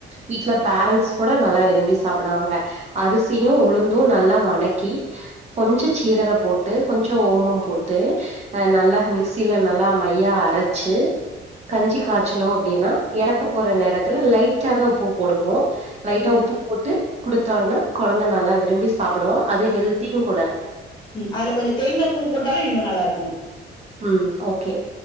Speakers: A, on the right; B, on the left.
A: வீட்ல பேரண்ஸ் கூட நல்ல விரிபி சாப்பிடுவாக அரிசியு உளுந்து நல்ல வதக்கி கொஞ்ச சீரக போட்டு கொஞ்சோ ஓமம் போட்டு நல்லா மிக்ஸ் சில நல்லா மையா அரச்சி கஞ்சி காய்ச்சனோ அப்பிடின்னா இறக்க போற நேரத்துல லைட்டாதா உப்பு போடுவோ லைட்டா
B: ம்
A: உப்பு போட்டு குடுத்தாங்கனா கொழந்த நல்லா விரும்பி சாப்புடு அது ஹெல்தியு கூட
B: ம் அதுல கொஞ்ச தேங்க பூ போட்டாலு இன்னு நல்லா இருக்கு
A: ம் ஓகே